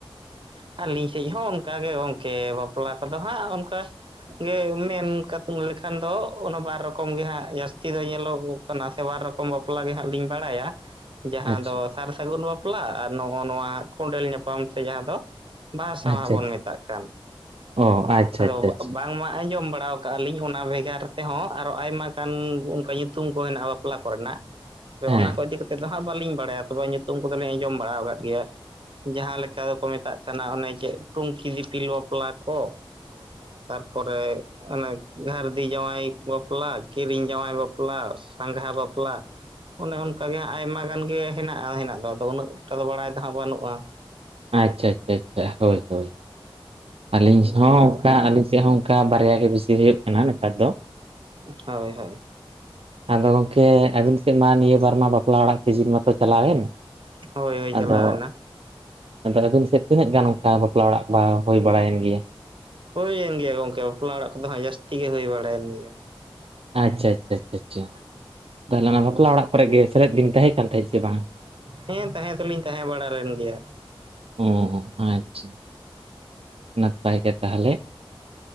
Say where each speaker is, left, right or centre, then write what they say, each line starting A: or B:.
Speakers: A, on the right (about 60°); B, on the right (about 80°).
A: ᱟᱹᱞᱤᱧ ᱥᱮᱫ ᱦᱚᱸ ᱚᱱᱠᱟᱜᱮ ᱜᱚᱢᱠᱮ ᱵᱟᱯᱞᱟ ᱠᱚᱫᱚ ᱦᱟᱸᱜ ᱚᱱᱠᱟ᱾ ᱜᱮ ᱢᱮᱱ ᱞᱮᱠᱷᱟᱱ ᱫᱚ ᱚᱱᱟ ᱵᱟᱨ ᱨᱚᱠᱚᱢ ᱜᱮ ᱦᱟᱸᱜ ᱡᱟᱹᱥᱛᱤ ᱫᱚ ᱧᱮᱞᱚᱜ᱾ ᱠᱟᱱᱟ ᱥᱮ ᱵᱟᱨ ᱨᱚᱠᱚᱢ ᱵᱟᱯᱞᱟ ᱜᱮ ᱦᱟᱸᱜ ᱞᱤᱧ ᱵᱟᱲᱟᱭᱟ᱾ ᱡᱟᱸᱦᱟ
B: ᱟᱪᱪᱷᱟ
A: ᱫᱚ ᱥᱟᱨ ᱥᱟᱹᱜᱩᱱ ᱵᱟᱯᱞᱟ ᱟᱨ ᱱᱚᱜᱼᱚ ᱱᱚᱣᱟ ᱠᱚᱸᱰᱮᱞ ᱧᱟᱯᱟᱢ ᱥᱮ ᱡᱟᱸᱦᱟ ᱫᱚ᱾ ᱵᱟᱦᱟ ᱥᱟᱶᱟ
B: ᱟᱪᱪᱷᱟ
A: ᱵᱚᱱ
B: ᱟᱪᱪᱷᱟ
A: ᱢᱮᱛᱟᱜ ᱠᱟᱱ
B: ᱚ ᱟᱪᱪᱷᱟ
A: ᱟᱫᱚ
B: ᱟᱪᱪᱷᱟ ᱟᱪᱪᱷᱟ
A: ᱵᱟᱝ ᱢᱟ ᱟᱸᱡᱚᱢ ᱵᱟᱲᱟ᱾ ᱠᱟᱜ ᱞᱤᱧ ᱚᱱᱟ ᱵᱷᱮᱜᱟᱨ ᱛᱮᱦᱚᱸ ᱟᱨᱚ ᱟᱭᱢᱟ ᱜᱟᱱ ᱚᱱᱠᱟ ᱧᱩᱛᱩᱢ ᱠᱚ ᱦᱮᱱᱟᱜᱼᱟ, ᱵᱟᱯᱞᱟ ᱠᱚᱨᱮᱱᱟᱜ᱾ ᱛᱚᱵᱮ ᱚᱱᱟ
B: ᱦᱮᱸ
A: ᱠᱚ ᱤᱫᱤ ᱠᱟ ᱠᱟᱛᱮᱜ ᱫᱚ ᱦᱟᱸᱜ ᱵᱟᱹᱞᱤᱧ ᱵᱟᱲᱟᱭᱟ ᱛᱚᱵᱮ ᱧᱩᱛᱩᱢ ᱠᱚᱫᱚᱞᱤᱧ ᱟᱸᱡᱚᱢ ᱵᱟᱲᱟ ᱠᱫ ᱜᱮᱭᱟ᱾ ᱡᱟᱸᱦᱟ ᱞᱮᱠᱟ ᱫᱚᱠᱚ ᱢᱮᱛᱟᱜ ᱠᱟᱱᱟ ᱚᱱᱮ ᱡᱮ ᱴᱩᱝᱠᱤ ᱫᱤᱯᱤᱞ ᱵᱟᱯᱞᱟ ᱠᱚ᱾ ᱛᱟᱨᱯᱚᱨᱮ ᱚᱱᱮ ᱜᱷᱟᱨᱫᱤ ᱡᱟᱶᱟᱭ ᱵᱟᱯᱞᱟ᱾ ᱠᱤᱨᱤᱧ ᱡᱟᱶᱟᱭ ᱵᱟᱯᱞᱟ, ᱥᱟᱸᱜᱷᱟ ᱵᱟᱯᱞᱟ ᱚᱱᱮ ᱚᱱᱠᱟ ᱜᱮ᱾ ᱟᱭᱢᱟ ᱜᱟᱱ ᱜᱮ ᱦᱮᱱᱟᱜᱼᱟ ᱦᱮᱱᱟᱜ ᱫᱚ ᱟᱫᱚ ᱩᱱᱟᱹᱜ ᱴᱟ ᱫᱚ ᱵᱟᱲᱟᱭ ᱫᱚ ᱵᱟᱹᱱᱩᱜᱼᱟ᱾
B: ᱟᱪᱪᱷᱟ ᱟᱪᱪᱷᱟ ᱟᱪᱪᱷᱟ ᱦᱳᱭ ᱦᱳᱭ᱾ ᱟᱹᱞᱤᱧ
A: ᱦᱩᱸ
B: ᱦᱚᱸ ᱚᱱᱠᱟ
A: ᱛᱚ
B: ᱟᱹᱞᱤᱧ ᱥᱮᱫ ᱦᱚᱸ ᱚᱱᱠᱟ ᱵᱟᱨᱭᱟ ᱜᱮ ᱵᱮᱥᱤ ᱦᱩᱭᱩᱜ ᱠᱟᱱᱟ ᱱᱮᱛᱟᱨ ᱫᱚ᱾
A: ᱦᱳᱭ ᱦᱳᱭ
B: ᱟᱫᱚ ᱜᱚᱢᱠᱮ ᱟᱵᱤᱱ ᱥᱮᱫ ᱢᱟ ᱱᱤᱭᱟᱹ ᱵᱟᱨ ᱢᱟ ᱵᱟᱯᱞᱟ ᱚᱲᱟᱜ ᱥᱤᱡᱤᱱ ᱢᱟᱛᱚ ᱪᱟᱞᱟᱣᱮᱱ᱾
A: ᱦᱳᱭ ᱦᱳᱭ
B: ᱟᱫᱚ
A: ᱪᱟᱞᱟᱣᱮᱱᱟ
B: ᱟᱫᱚ ᱟᱹᱵᱤᱱ ᱥᱮᱫ ᱛᱤᱱᱟᱹᱜ ᱜᱟᱱ ᱚᱱᱠᱟ ᱵᱟᱯᱞᱟ ᱚᱲᱟᱜ ᱵᱟ ᱦᱩᱭ ᱵᱟᱲᱟᱭᱮᱱ ᱜᱮᱭᱟ?
A: ᱦᱳᱭ-ᱮᱱ ᱜᱮᱭᱟ ᱜᱚᱝᱠᱮ ᱵᱟᱯᱞᱟ ᱚᱲᱟᱜ ᱠᱚᱫᱚ ᱦᱟᱸᱜ ᱡᱟᱥᱛᱤ ᱜᱮ ᱦᱩᱭ ᱵᱟᱲᱟᱭᱮᱱ ᱜᱮᱭᱟ᱾
B: ᱟᱪᱪᱷᱟ-ᱟᱪᱪᱷᱟ-ᱟᱪᱪᱷᱟ-ᱟᱪᱟ ᱛᱟᱦᱚᱞᱮ ᱚᱱᱟ ᱵᱟᱯᱞᱟ ᱚᱲᱟᱜ ᱠᱚᱨᱮᱜ ᱜᱮ ᱥᱮᱞᱮᱫ ᱵᱤᱱ ᱛᱟᱦᱮᱸ ᱠᱟᱱ ᱛᱟᱦᱮᱸᱫ ᱥᱮ ᱵᱟᱝ?
A: ᱦᱮᱸ ᱛᱟᱦᱮᱸ ᱫᱚᱞᱤᱧ ᱛᱟᱦᱮᱸ ᱵᱟᱲᱟ ᱞᱮᱱ ᱜᱮᱭᱟ᱾
B: ᱩᱸ ᱟᱪᱪᱷᱟᱼᱼ ᱱᱟᱯᱟᱭ ᱜᱮ ᱛᱟᱦᱞᱮ,